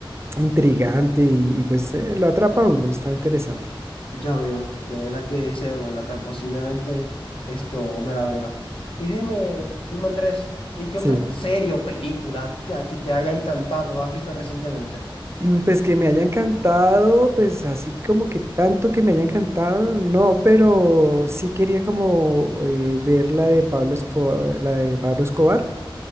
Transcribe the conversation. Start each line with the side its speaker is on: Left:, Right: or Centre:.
Right: intrigante y, y, pues eh, lo atrapa a uno, está interesante.
Left: ya veo. De verdad que ese es buena. tal- posiblemente esto me la vea. Y dime, dime Andrés, ¿y qué
Right: Sí.
Left: otra serie o película te, que te haya encantado has visto recientemente?
Right: Mm, Pues que me haya encantado, pues así como que tanto que me haya encantado, no, pero sí quería como eh, ver la de Pablo Escobar, la de Pablo Escobar,